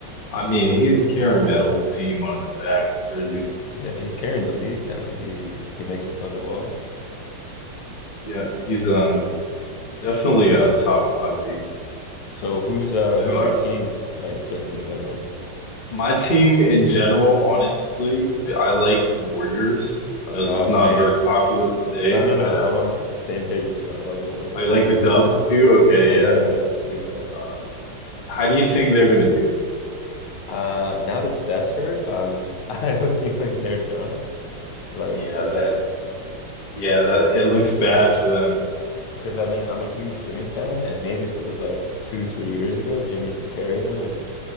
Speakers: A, on the left (about 40°); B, on the left (about 80°).
A: I mean, he's carrying that whole team on his back. It's crazy.
B: Yeah, he's carrying the league kind of. He he makes it fun to watch.
A: Yeah, he's um definitely a top five big man.
B: So who's uh
A: I know.
B: who's
A: uh,
B: your team like just in general?
A: My team in general, honestly, I like the Warriors. Uh, This
B: Oh,
A: is
B: same.
A: not very popular to say,
B: No,
A: but
B: no, no.
A: uh,
B: I'm on the same page as you. I love the Warriors.
A: I like the Dubs too. Okay,
B: Yeah,
A: yeah.
B: big fan.
A: Um, how do you think they're gonna do?
B: Uh, now that Steph's hurt, um, <laughs> I have a feeling they're done. Like,
A: Yeah, that. Yeah, that. It looks bad for them.
B: because I mean, I'm a huge Jimmy fan, and maybe if it was like two, three years ago, Jimmy could carry them and